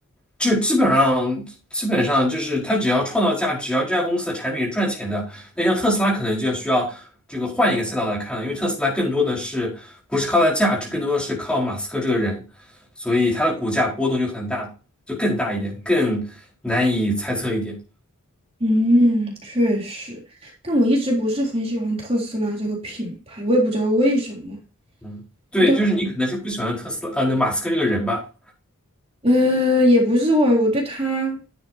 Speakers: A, in the centre; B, on the right.
A: 就基本上基本上就是它只要创造价值，只要这家公司的产品是赚钱的，那像特斯拉可能就要需要这个换一个赛道来看了，因为特斯拉更多的是不是靠它的价值，更多的是靠马斯克这个人，所以它的股价波动就很大，就更大一点，更难以猜测一点。
B: 嗯，确实，但我一直不是很喜欢特斯拉这个品牌，我也不知道为什么。
A: 嗯对，
B: 就的，
A: 就是你可能是不喜欢特斯拉啊，那马斯克这个人吧。
B: 呃，也不是我，我对他，